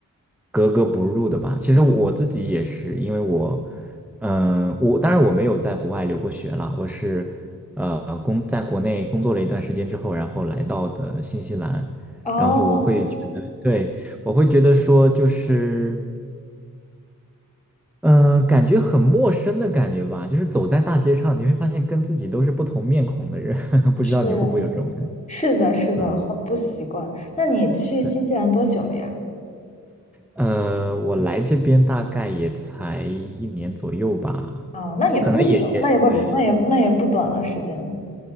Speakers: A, in the centre; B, on the left.
A: 格格不入的吧。其实我自己也是，因为我，嗯、我当然我没有在国外留过学了，我是呃工在国内工作了一段时间之后，然后来到的新西兰，
B: 哦，
A: 然后我会觉得，对，我会觉得说就是。嗯、呃感觉很陌生的感觉吧，就是走在大街上，你会发现跟自己都是不同面孔的人，<laughs> 不知道你会不会有这种感觉？
B: 是。是的，是的，
A: 嗯，
B: 很不习惯。那你去新西兰多久了呀？
A: 对，呃，我来这边大概也才一年左右吧，
B: 啊、那也不久，
A: 可能也也对，
B: 那也不，那也那也不短了时间。